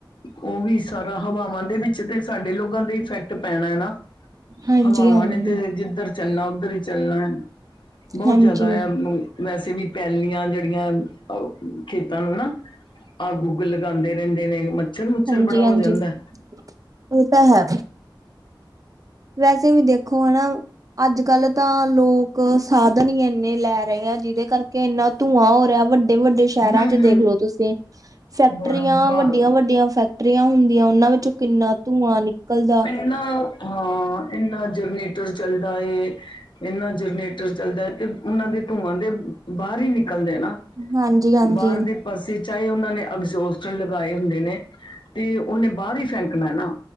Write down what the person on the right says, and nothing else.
ਹਾਂਜੀ
ਹਾਂਜੀ
ਹਾਂਜੀ
ਹਾਂਜੀ
ਹਾਂਜੀ
ਇਹ ਤਾਂ ਹੈ ਵੈਸੇ ਵੀ ਦੇਖੋ, ਹਨਾ ਅੱਜ-ਕੱਲ੍ਹ ਤਾਂ ਲੋਕ ਸਾਧਨ ਈ ਇੰਨੇ ਲੈ ਰਹੇ ਆ, ਜੀਦੇ ਕਰਕੇ ਇਨਾਂ ਧੂੰਆਂ ਹੋ ਰਿਹਾ, ਵੱਡੇ-ਵੱਡੇ ਸ਼ਹਿਰਾਂ
'ਚ ਦੇਖਲੋ ਤੁਸੀਂ, ਫ਼ੈਕਟਰੀਆਂ
ਵੱਡੀਆਂ-ਵੱਡੀਆਂ
ਫੈਕ ਟਰੀਆਂ ਹੁੰਦੀਆਂ, ਉਹਨਾਂ ਵਿੱਚੋਂ ਕਿੰਨਾ ਧੂੰਆਂ ਨਿਕਲਦਾ।
ਹਾਂਜੀ ਹਾਂਜੀ